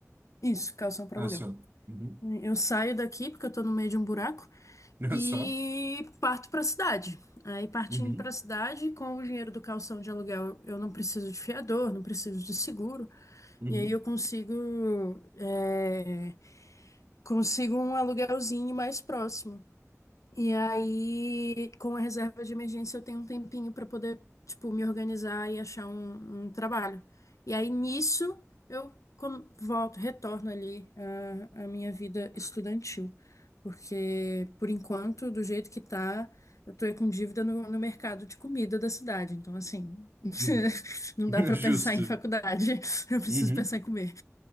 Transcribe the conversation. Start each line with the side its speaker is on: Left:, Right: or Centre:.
Left: Isso, calção para
Right: Ah,
Left: aluguel.
Right: só. Uhum. <laughs>
Left: Eu saio daqui porque eu tô no meio de um buraco
Right: Ah,
Left: e
Right: Só.
Left: parto pra cidade. Aí partindo
Right: Uhum,
Left: pra cidade, com o dinheiro do calção de aluguel, eu não preciso de fiador, não preciso de seguro.
Right: uhum,
Left: E aí eu consigo, é, consigo um aluguelzinho mais próximo. E aí, com a reserva de emergência, eu tenho um tempinho para poder, tipo, me organizar e achar um, um trabalho. E aí, nisso, eu com- volto, retorno ali à, à minha vida estudantil. Porque, por enquanto, do jeito que tá, eu tô com dívida no, no mercado de comida da cidade. Então, assim, <laughs>
Right: uhum.
Left: não dá para
Right: <laughs> Justo.
Left: pensar em faculdade. Eu preciso
Right: Uhum.
Left: pensar em comer.